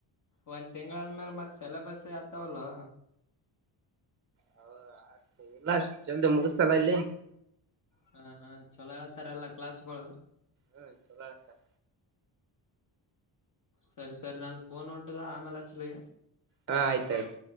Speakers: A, on the left; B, on the right.
A: ಒಂದ್ ತಿಂಗಳಾದ್ಮೇಲ ಮತ್ತ ಸೆಲೆಬಸ್ ಆತಾವಲ್ಲೋ
B: ಹೌದಾ ಆತ್ ಇಲ್ಲ ಅಷ್ಟ ಜಲ್ದಿ ಮುಗಿಸಲ್ಲ ಇಲ್ಲಿ.
A: ಹ ಹಾ ಚಲೋ ಹೇಳ್ತಾರಲ್ಲ ಕ್ಲಾಸ್ಗಳು
B: ಹ್ಮ್ ಚಲೋ ಹೇಳ್ತಾರ
A: ಸರಿ ಸರಿ ನಂದು ಫೋನ್ ಹೊಂಟದ ಆಮೇಲಚ್ಲಿ?
B: ಹಾ ಆಯ್ತಾಯ್ತು